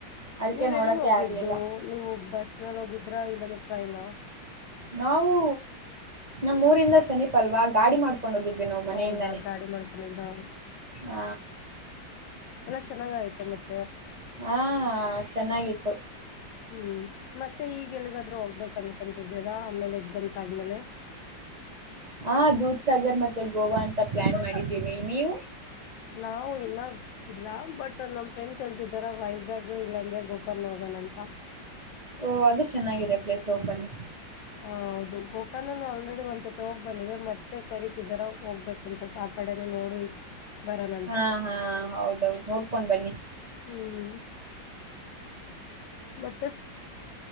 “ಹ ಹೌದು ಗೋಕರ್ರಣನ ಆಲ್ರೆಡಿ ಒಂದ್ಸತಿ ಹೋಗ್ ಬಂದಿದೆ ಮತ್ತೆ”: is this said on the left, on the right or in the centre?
Left